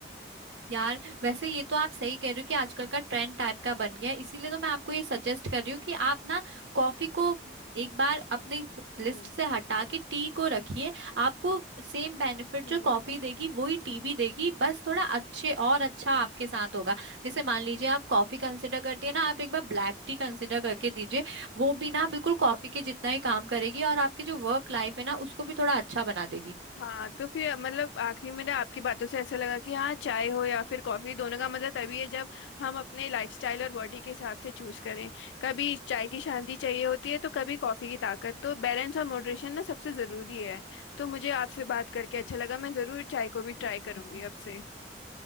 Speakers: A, on the right; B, on the left.
A: यार वैसे ये तो आप सही कह रहे हो कि आजकल का ट्रेंड टाइप का बन गया है इसीलिए तो मैं आपको ये सजेस्ट कर रही हूँ कि आप ना कॉफी को एक बार अपनी लिस्ट
B: हम्म
A: से हटा के टी को रखिए आपको सेम बेनिफिट
B: हम्म।
A: जो कॉफी देगी वही टी भी देगी बस थोड़ा अच्छे और अच्छा आपके साथ होगा जैसे मान लीजिए आप कॉफी कंसिडर करती है ना आप एक बार ब्लैक टी कंसिडर करके दीजिए वो भी ना बिल्कुल कॉफी के जितना ही काम करेगी और आपकी जो वर्क लाइफ है ना उसको भी थोड़ा अच्छा बना देगी
B: हाँ तो फिर मतलब आखिरी में ना आपकी बातों से ऐसा लगा कि हाँ चाय हो या फिर कॉफी दोनों का मजा तभी है जब हम अपने लाइफस्टाइल और बॉडी के हिसाब से चूज करें कभी चाय की शांति चाहिए होती है तो कभी कॉफी की ताकत तो बैलेंस और मॉडरेशन ना सबसे जरूरी है तो मुझे आपसे बात करके अच्छा लगा मैं जरूर चाय को भी ट्राई करूंगी अब से